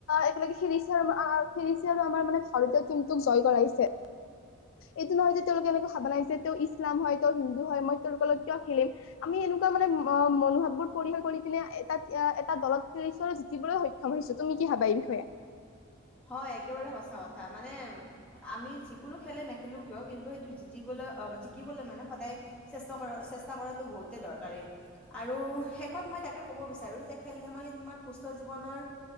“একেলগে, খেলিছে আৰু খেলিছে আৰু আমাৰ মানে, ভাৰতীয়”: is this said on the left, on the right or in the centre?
Left